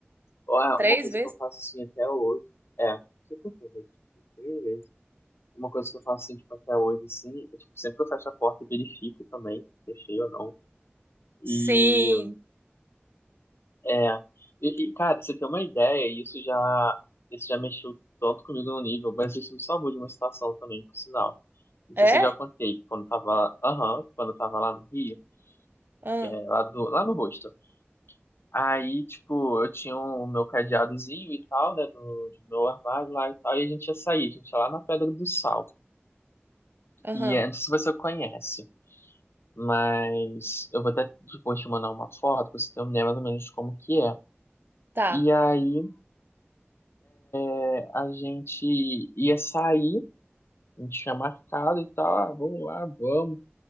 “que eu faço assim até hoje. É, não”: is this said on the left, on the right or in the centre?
Left